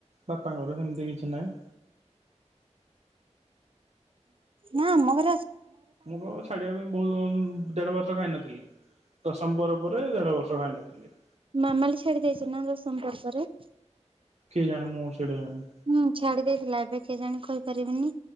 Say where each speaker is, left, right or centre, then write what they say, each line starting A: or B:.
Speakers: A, on the right; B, on the right.
A: ବାପାଙ୍କର ସେମିତି କିଛି ନାହିଁ।
B: ନା ଆମ ଘ୍
A: ମୁଁ କ ଛାଡିବା ପାଇଁ ବହୁତ ଦେଢ ବର୍ଷ ଖାଇନଥିଲି। ଦଶମ ପରେ ପରେ ଦେଢ ବର୍ଷ ଖାଇନଥିଲି।
B: ମାମାଲି ଛାଡି ଦେଇଛି ନା ଦଶମ ପରେ ପରେ।
A: କେଜାଣି ମୁଁ ସେଡା ଜାଣିନି।
B: ହୁଁ ଛାଡି ଦେଇଥିଲା ଏବେ କେଜାଣି କହିପାରିବିନି।